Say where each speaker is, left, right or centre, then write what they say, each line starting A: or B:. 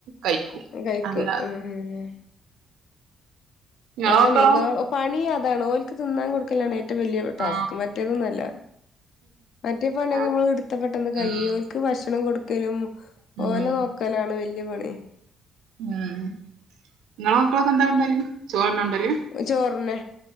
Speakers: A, on the right; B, on the left.
A: കഴിക്കും
B: കഴിക്കും
A: അല്ല
B: ഉം
A: നിങ്ങളെ
B: അതാണ്
A: മക്കളോ
B: പ്പ പണി അതാണ് പ്പൊ ഓൽക്ക് തിന്നാൻ കൊടുക്കലാണ്. റ്റവും വലിയ ടാസ്ക്
A: ആ
B: മറ്റേതൊന്നുഅല്ല മറ്റെ പണിയൊക്കെ
A: ആ,
B: നമ്മൾ എടുത്ത പെട്ടെന്ന് കയ്യും
A: ഉം,
B: ക്ക് ഭക്ഷണം കൊടുക്കലും
A: ഉം,
B: ഓലെ നോക്കലാണ് വല്ല്യ പണി.
A: ഉം, നിങ്ങളെ മക്കളൊക്കെ എന്താ കൊണ്ടോവല് ചോറന്നെ കൊണ്ടോവൽ
B: ചോറന്നെ,